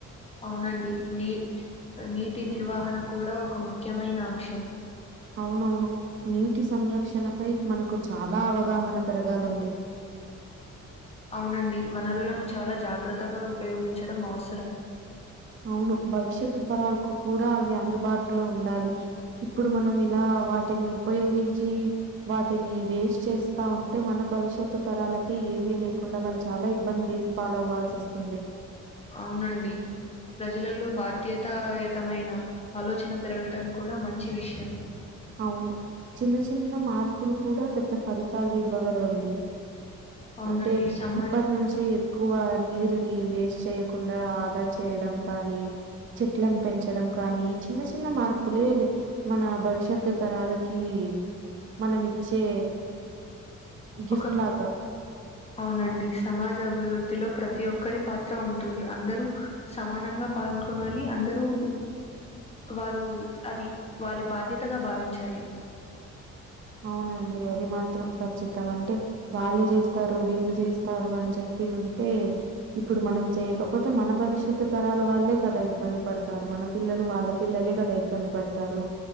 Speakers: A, on the left; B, on the right.
A: అవునండి నీ నీటి నిర్వహన కూడా ఒక ముఖ్యమైన అంశం
B: అవునవును నీటి సంరక్షణ పై మనకు చాలా అవగాహన పెరగాలండి
A: అవునండి వనరులను చాలా జాగ్రత్తగా ఉపయోగించడం అవసరం
B: అవును భవిష్యత్తు తరాలకు కూడా అవి అందుబాటులో ఉండాలి ఇప్పుడు మనం ఇలా వా టిని ఉపయోగించి వాటిని వేస్ట్ చేస్తా ఉంటే మన భవిష్య త్తు తరాలకి ఏమీ లేకుండా వాళ్ళు చాలా ఇబ్బంది పాలు అవల్సివస్తుంది
A: అవునండి ప్రజలలో బాధ్యతా యతమైన ఆలోచన పెరగడం కూడా మంచి విషయం
B: అవును చిన్న చిన్న మార్పులు కూడా పెద్ద ఫలితాలు ఇవ్వగలవండి
A: అవునండి
B: అంటే
A: సమాజం
B: ఇప్పటి నుంచి ఎక్కువా నీరుని వేస్ట్ చేయకుండా ఆదా చేయడం కానీ చెట్లను పెంచడం కానీ ఈ చిన్న చిన్న మార్పులే మన భవిష్యత్ కొత్త తరాలకి మనం ఇచ్చే గిఫ్ట్
A: ఒక
B: లాగా
A: అవునండి సమాజ అభివృద్ధిలో ప్రతి ఒక్కరి పాత్ర ఉంటుంది అందరూ సమానంగా పాల్గొనాలి అందరూ వారు అది వాళ్ళీ బాధ్యతగా భావించాలి
B: అవునండి అది మాత్రం ఖచ్చితమంటే వాళ్ళు చేస్తారు వీళ్ళు చేస్తారు అని చెప్పి ఉంటే ఇప్పుడు మనం చెయకపోతే మన భవిష్యత్ తరాల వాళ్ళే కదా ఇబ్బంది పడతారు మన పిల్లలు వాళ్ళ పిల్లలే కదా ఇబ్బంది పడుతారు